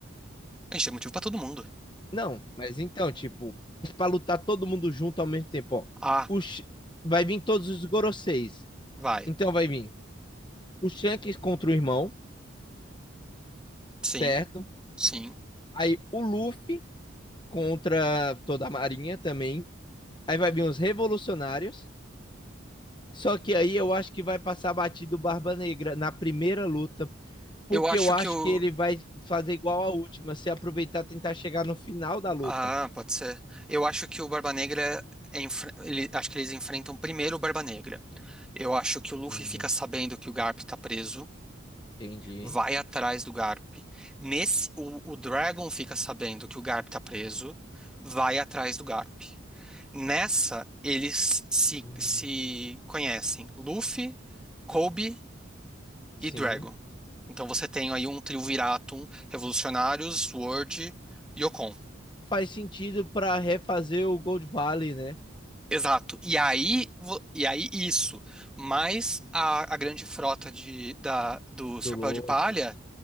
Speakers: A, in the centre; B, on the left.
A: A gente tem motivo pra todo mundo.
B: Não, mas então, tipo, pra lutar todo mundo junto ao mesmo tempo, ó.
A: Ah,
B: O Sh- vai vir todos os Goroseis.
A: vai.
B: Então vai vir o Shanks contra o irmão,
A: Sim,
B: certo?
A: sim.
B: Aí o Luffy contra toda a Marinha também. Aí vai vir os revolucionários. Só que aí eu acho que vai passar batido Barba Negra na primeira luta, porque
A: Eu acho
B: eu acho
A: que o.
B: que ele vai fazer igual a última, se aproveitar e tentar chegar no final da luta.
A: Ah, pode ser. Eu acho que o Barba Negra. é enfre- ele- acho que eles enfrentam primeiro o Barba Negra. Eu acho que o Luffy
B: Hum,
A: fica sabendo que o Garp tá preso.
B: entendi.
A: vai atrás do Garp. Nesse, o, o Dragon fica sabendo que o Garp tá preso, vai atrás do Garp. Nessa, eles se,
B: Hum,
A: se conhecem, Luffy, Kobe
B: sim.
A: e Dragon. Então você tem aí um trio Viratum, Revolucionários, Sword e Yokon.
B: Faz sentido para refazer o Gold Valley, né?
A: Exato. E aí, vo- e aí isso, mais a, a grande frota de, da, do Chapéu
B: Do Luffy.
A: de Palha,